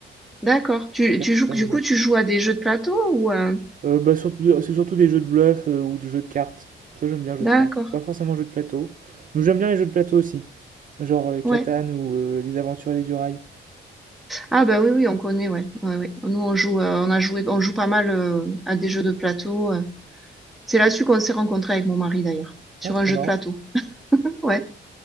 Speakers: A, in the centre; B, on the right.
A: D'accord. Tu,
B: Ça,
A: tu
B: je trouve
A: joues,
B: ça
A: du
B: amusant.
A: coup, tu joues à des jeux de plateau ou euh,
B: Euh, bah, surtout, c'est surtout des jeux de bluff euh, ou des jeux de cartes. Ça, j'aime bien les jeux de
A: D'accord.
B: cartes. Pas forcément jeux de plateau. Mais j'aime bien les jeux de plateau aussi. Genre euh, Catan
A: Ouais.
B: ou euh, Les Aventuriers du Rail.
A: Ah bah oui, oui, on connaît, ouais. Ouais, ouais. Nous, on joue, euh, on a joué, on joue pas mal euh, à des jeux de plateau. euh. C'est là-dessus qu'on s'est rencontrés avec mon mari d'ailleurs, sur
B: Ah, trop
A: un jeu
B: marrant.
A: de plateau. Ouais,